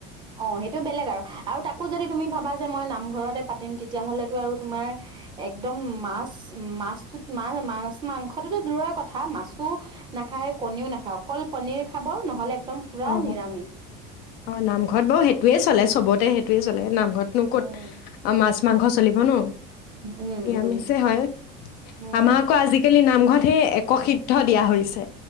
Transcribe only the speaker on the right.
অ সেইটো বেলেগ আৰু তাক তাকো যদি তুমি ভাবা যে মই নামঘৰতে পাতিম তেতিয়া হলেতো আৰু তোমাৰ একদম মাছ মাছত মাছ মাছ মাংসটোোতো দূৰৰ কথা মাছো নাখায় কণীও নাখায় অকল কনিৰ খাব নহলে একদম পুৰা
নিৰামিষ
উম
উম
উম
উম